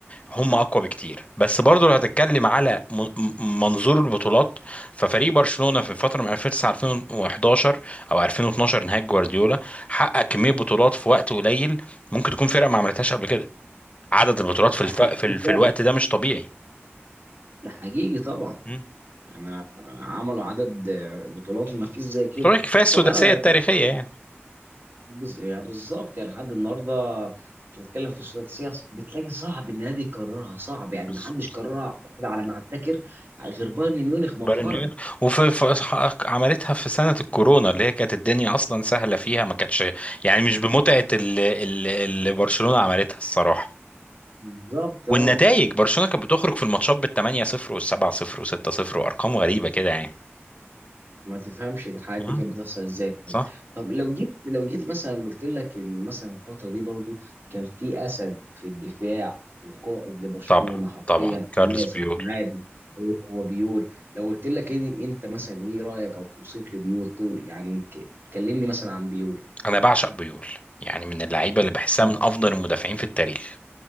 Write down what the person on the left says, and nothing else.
هم اقوى بكتير بس برضه لو هتتكلم على م- م- منظور البطولات ففريق برشلونه في الفتره من 2009 2011 او 2012 نهايه جوارديولا حقق كميه بطولات في وقت قليل ممكن تكون فرقه ما عملتهاش قبل كده عدد البطولات في الف...
في, ال... في
الوقت ده مش طبيعي
مم.
بطولات كفايه السداسيه
التاريخيه يعني
بز-
بالظبط
بايرن
ميونخ وفي في... عملتها في سنه الكورونا اللي هي كانت الدنيا اصلا سهله فيها ما كانتش يعني مش بمتعه ال- ال- اللي برشلونه عملتها الصراحه
والنتائج برشلونه كانت بتخرج في الماتشات بال 8 0 وال 7 0 و 6 0 وارقام غريبه كده يعني
آه،
صح
طبعا
طبعا كارلوس
بيو
انا بعشق بيول يعني من اللعيبه اللي بحسها
من افضل المدافعين في التاريخ